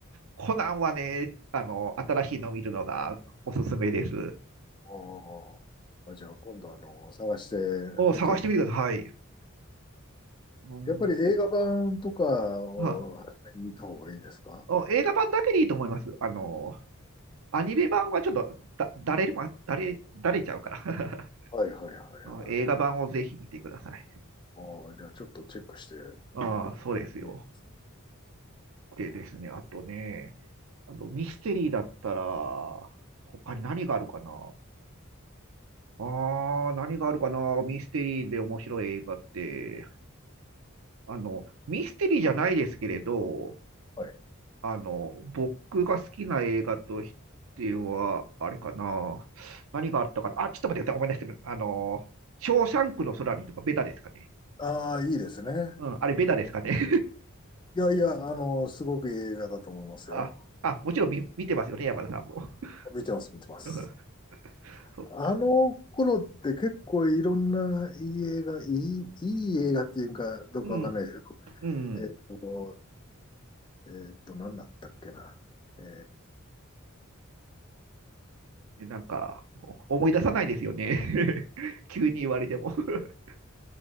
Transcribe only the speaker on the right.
コナンはね、あの、新しいの見るのがおすすめです。
を探してみてください。
うん
はお映画版だけでいいと思います。あの、アニメ版はちょっとだ、だれるま、だれ、だれちゃうから <laughs>
うん映画版をぜひ見てください。
ああ、そうですよ。
でですね、あとね、あの、ミステリーだったら、他に何があるかなああ、何があるかなミステリーで面白い映画って。あの、ミステリーじゃないですけれど、
あの、僕が好きな映画としては、あれかな。何があったかな。あ、ちょっと待ってください。ごめんなさい。あの、ショーシャンクの空にとかベタですかね。
うん、あれベタですかね。
<laughs> あ、あ、もちろん見、見てますよね、山田さんも。
<laughs> そっか。
うん、うん。
なんか、お思い出さないですよね。<laughs> 急に言われても。<laughs>